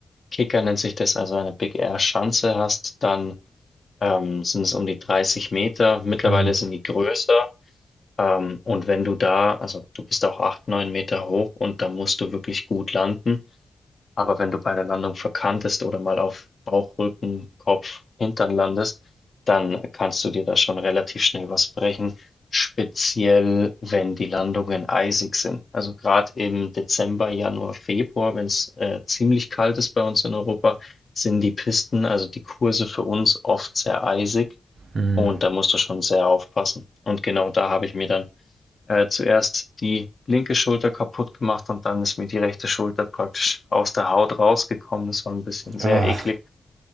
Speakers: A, on the left (about 45°); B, on the right (about 70°).
A: Kicker, nennt sich das, also eine Big Air Schanze hast, dann ähm, sind es um die 30 Meter. Mittlerweile
B: Hm,
A: sind die größer. Ähm, und wenn du da, also du bist auch 8, 9 Meter hoch und da musst du wirklich gut landen. Aber wenn du bei der Landung verkantest oder mal auf Bauch, Rücken, Kopf, Hintern landest, dann kannst du dir da schon relativ schnell was brechen. Speziell, wenn die Landungen eisig sind. Also gerade im Dezember, Januar, Februar, wenn es äh, ziemlich kalt ist bei uns in Europa, sind die Pisten, also die Kurse für uns oft sehr eisig
B: hm.
A: und da musst du schon sehr aufpassen. Und genau da habe ich mir dann äh, zuerst die linke Schulter kaputt gemacht und dann ist mir die rechte Schulter praktisch aus der Haut rausgekommen. Das war ein bisschen sehr
B: Ah,
A: eklig.